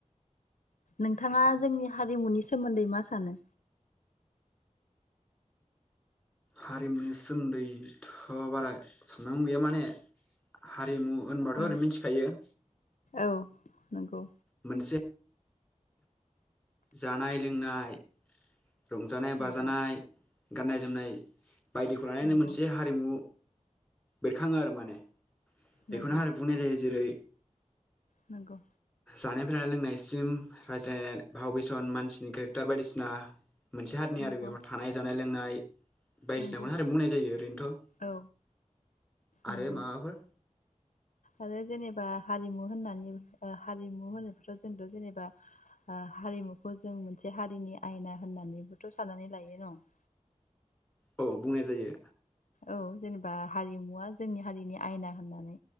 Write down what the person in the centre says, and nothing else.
हारिमुनि सोमोन्दैथ' बारा साननांगौ गैया। माने हारिमु होनबाथ'
ओरै मिथिखायो।
मोनसे जानाय लोंनाय, रंजानाय बाजानाय,
गाननाय जोमनाय, बायदिखौ लानानै
मोनसे हारिमु बेरखाङो आरो माने। बेखौनो
हारि बुंनाय जायो। जेरै
जानायनिफ्राय लानाय लोंनायसिम रायज्लायनाय भाव फेसन मानसिनि केरेक्टार बायदिसिना मोनसे हारिनि
बे थानाय जानाय लोंनाय बायदिसिनाखौनो
हारिमु बुंनाय जायो ओरैनोथ'।
आरो माबाफोर?
औ बुंनाय जायो।